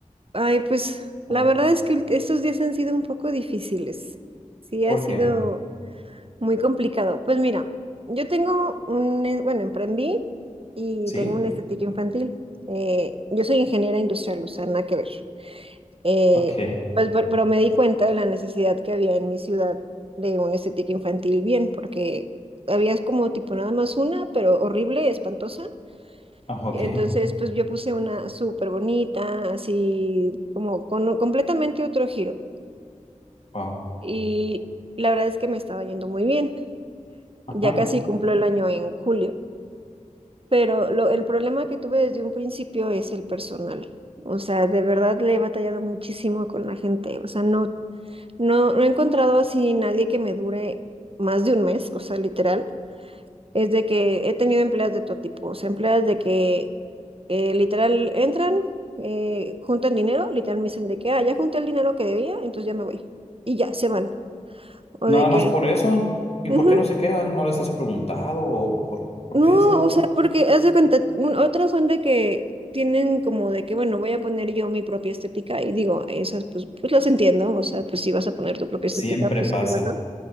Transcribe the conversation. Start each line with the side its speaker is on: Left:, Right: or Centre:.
Right: Ay, pues
Left: ¿Cómo?
Right: la verdad es que ult- estos días han sido un poco difíciles. Sí, ha
Left: ¿Por
Right: sido
Left: qué?
Right: muy complicado. Pues mira, yo tengo un, eh, bueno, emprendí y
Left: ¿Sí?
Right: tengo una estética infantil. Eh, yo soy ingeniera industrial, o sea, nada que ver. Eh,
Left: Ok.
Right: pues, per- pero me di cuenta de la necesidad que había en mi ciudad de una estética infantil bien, porque había como tipo nada más una, pero horrible, espantosa.
Left: Ah, ok.
Right: Entonces, pues yo puse una súper bonita, así como con o- completamente otro giro.
Left: Wow.
Right: Y la verdad es que me estaba yendo muy bien.
Left: Ajá.
Right: Ya casi cumplo el año en julio. Pero lo- el problema que tuve desde un principio es el personal. O sea, de verdad le he batallado muchísimo con la gente. O sea, no, no, no he encontrado así nadie que me dure más de un mes, o sea, literal. Es de que he tenido empleadas de todo tipo, o sea, empleadas de que eh, literal entran, eh, juntan dinero, literal me dicen de que, ah, ya junté el dinero que debía, entonces ya me voy. Y ya, se van. O de
Left: Nada
Right: que,
Left: más por eso. ¿Y
Right: ujú.
Left: por qué no se quedan? ¿No les has preguntado? ¿O por, por
Right: No,
Left: qué se van
Right: o
Left: tan...?
Right: sea, porque haz de cuenta, un- otras son de que tienen como de que, bueno, voy a poner yo mi propia estética y digo, esas pues, pues las entiendo, o sea, pues si vas a poner tu propia
Left: Siempre
Right: estética, pues
Left: pasa.
Right: qué bueno.